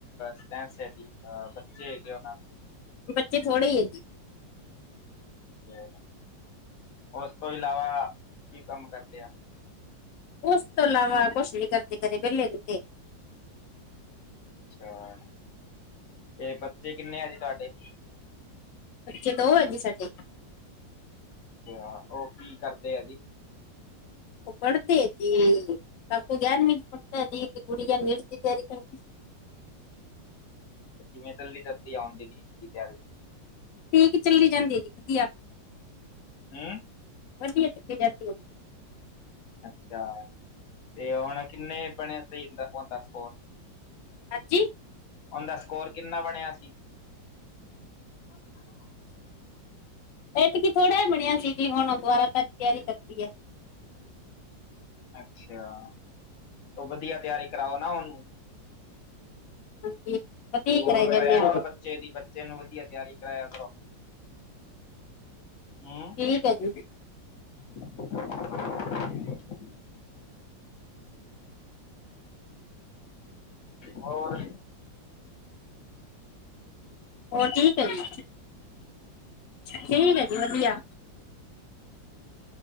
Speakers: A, on the left; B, on the left.
A: ਸੈਂਸ ਹੈਗੀ, ਬੱਚੇ ਹੈਗੇ ਉਹਨਾਂ ਦੇ।
B: ਬੱਚੇ ਥੋੜੇ ਹੀ ਹੈ ਜੀ।
A: ਤੇ ਉਸ ਤੋਂ ਇਲਾਵਾ ਕੀ ਕੰਮ ਕਰਦੇ ਆ?
B: ਉਸ ਤੋਂ ਇਲਾਵਾ ਕੁਛ ਵੀ ਕਰਦੇ, ਕਦੇ ਵਿਹਲੇ ਦਿੱਖੇ
A: ਅੱਛਾ ਤੇ ਬੱਚੇ ਕਿੰਨੇ ਆ ਜੀ ਤੁਹਾਡੇ
B: ਬਚੇ ਦੋ ਹੈਗੇ ਸਾਡੇ
A: ਅੱਛਾ ਉਹ ਕੀ ਕਰਦੇ ਆ ਜੀ
B: ਪੜਦੇ ਐ ਜੀ, ਕਾਕੂ ਗਿਆਰਵੀਂ ਚ ਪੜਦਾ ਐ ਜੀ, ਤੇ ਜ ਗੁੜੀਆਂ ਨੀਟ ਦੀ ਤਿਆਰੀ ਕਰਦੀ ਆ
A: ਕਿਵੇਂ ਚੱਲਦੀ ਚਲਦੀ ਆਉਂਦੀ ਨੀਟ ਦੀ ਤਿਆਰੀ
B: ਠੀਕ ਚੱਲੀ ਜਾਂਦੀ ਏ ਜੀ ਵਧੀਆ
A: ਹੈਂ
B: ਵਧੀਆ ਚੱਲੀ ਜਾਂਦੀ ਏ
A: ਅੱਛਾ ਤੇ ਹੁਣ ਕਿੰਨੇ ਬਣੇ ਸੀ ਔਂਦੇ ਸਕੋਰ
B: ਹਾਂਜੀ
A: ਔਂਦਾ ਸਕੋਰ ਕਿੰਨਾ ਬਣਿਆ ਸੀ
B: ਇਹ ਤੇ ਕੀ ਥੋੜ ਬਣਿਆ ਸੀ ਜੀ, ਹੁਣ ਦੁਬਾਰਾ ਤ ਤਿਆਰੀ ਕਰਤੀ ਹੈ
A: ਅੱਛਾ ਤ ਵਧੀਆ ਤਿਆਰੀ ਕਰਾਓ ਨਾ ਉਹਨੂੰ
B: ਹਾਂਜੀ ਵਧੀਆ ਈ
A: ਗੌਰ
B: ਕਰਾਈ ਜਾਨੇ
A: ਕਰਿਆ
B: ਆਂ
A: ਕਰੋ ਬੱਚੇ ਦੀ ਬੱਚੇ ਨੂੰ ਵਧੀਆ ਤਿਆਰੀ ਕਰਾਇਆ ਹਮ
B: ਠੀਕ ਹੈ ਜੀ
A: <unintelligible> ਹੋਰ
B: ਹੋਰ ਠੀਕ ਹੈ ਜੀ ਠੀਕ ਹੈ ਜੀ ਵਧੀਆ